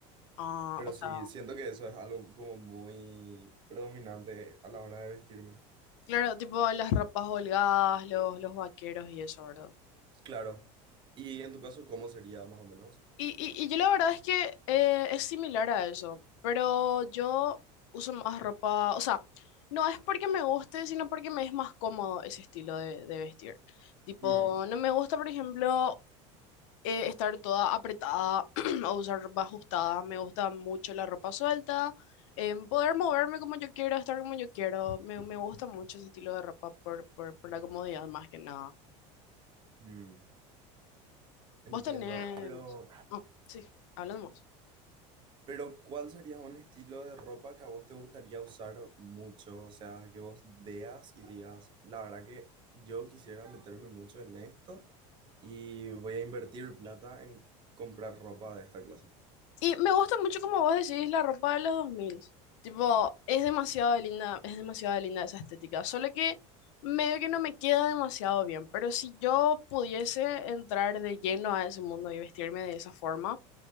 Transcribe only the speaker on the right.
Pero
sí, siento que eso es algo como muy predominante a la hora de vestirme.
Claro. ¿Y en tu caso cómo sería más o menos?
Mm,
mm, Entiendo,
pero,
pero ¿cuál sería un estilo de ropa que a vos te gustaría usar mucho? O sea, que vos veas y digas, la verdad que yo quisiera meterme mucho en esto y voy a invertir plata en comprar ropa de esta clase.